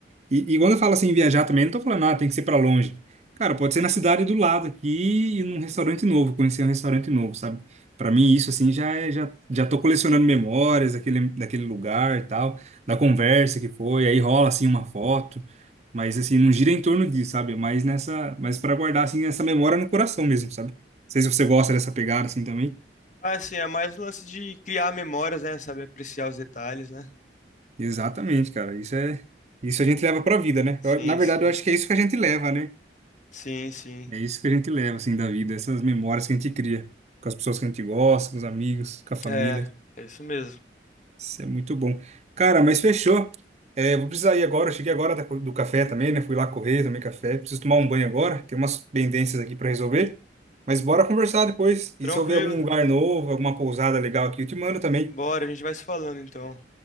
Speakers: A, on the right; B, on the left.
A: E, e quando eu falo assim, viajar também, não tô falando, ah, tem que ser pra longe. Cara, pode ser na cidade do lado aqui e num restaurante novo, conhecer um restaurante novo, sabe? Pra mim, isso assim já é, já, já tô colecionando memórias daquele, daquele lugar e tal, da conversa que foi, aí rola assim uma foto, mas assim, não gira em torno disso, sabe? Mas nessa, mas para guardar assim essa memória no coração mesmo, sabe? Não sei se você gosta dessa pegada assim também.
B: Ah, assim, é mais um lance de criar memórias, né? Saber apreciar os detalhes, né?
A: Exatamente, cara, isso é, isso a gente leva pra vida, né?
B: Sim,
A: Eu- na verdade,
B: sim.
A: eu acho que é isso que a gente leva, né?
B: Sim, sim.
A: É isso que a gente leva, assim, da vida, essas memórias que a gente cria com as pessoas que a gente gosta, com os amigos, com a família.
B: É, é isso mesmo.
A: Isso é muito bom. Cara, mas fechou. É, vou precisar ir agora. Eu cheguei agora da- do café também, né? Fui lá correr, tomei café. Preciso tomar um banho agora. Tem umas pendências aqui para resolver. Mas bora conversar depois.
B: Tranquilo.
A: E se eu ver algum lugar novo, alguma pousada legal aqui, eu te mando também.
B: Bora, a gente vai se falando então.